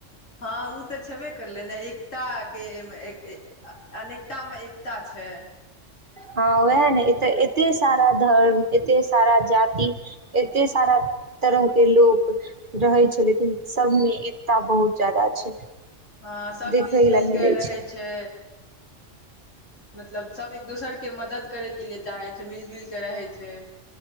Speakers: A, on the left (about 85°); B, on the right (about 40°).
A: हँ उ तऽ छेबे करलै ने एकताके एमे एक अनेकता में एकता छै।
B: हँ वैह ने एतऽ एते सारा धर्म एते सारा जाति। एते सारा तरहके लोक। रहै छै लेकिन, सबमें एकता बहुत जादा छै।
A: हँ सब
B: देखै
A: मिल- जुलि
B: लए मिलै
A: कऽ रहै छै। मतलब सब एक दोसर के मदद करै के लिए चाहै छै मिलजुलिके रहै छै